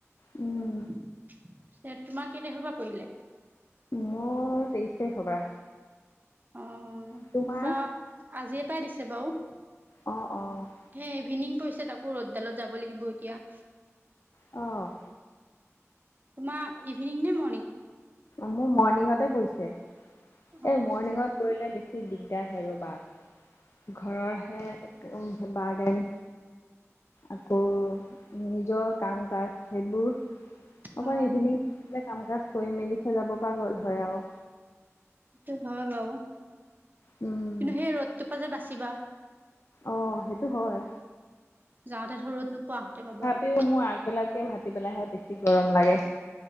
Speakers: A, on the left; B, on the right.
A: উম।
B: পি তোমাৰ কেই তাৰিখৰ পৰা পৰিলে?
A: মোৰ তেইশ তাৰিখৰ পৰা।
B: অ'
A: তোমাৰ
B: মোৰ বাৰ আজিয়ে পাই দিছে বাৰু।
A: অ' অ'।
B: হে ইভিনিং পৰিছে, তাকো ৰ'দডালত যাব লাগিব এতিয়া।
A: অ'।
B: তোমাৰ ইভিনিং নে মৰ্ণিং?
A: মোৰ মৰ্ণিঙতে পৰিছে,
B: অ
A: এই মৰ্ণিঙত পৰিলে বেছি দিগদাৰ হয় ৰ'বা। ঘৰৰ হে বাৰ্ডেন। আকৌ, নিজৰ কাম কাজ সেইবোৰ। অকন
B: অ
A: ইভিনিং দিলে, কাম কাজ কৰি মেলি থৈ যাব পৰা গ'ল হয় আৰু।
B: সেইটো হয় বাৰু।
A: উম।
B: কিন্তু সেই ৰ'দটোৰ পৰা যে বাচিবা।
A: অ' সেইটো হয়।
B: যাওঁতে ধৰ ৰদ নোপোৱা। পাবা
A: তথাপিও
B: আৰু
A: মোৰ আগবেলাতকে ভাটি বেলাহে বেছি গৰম লাগে,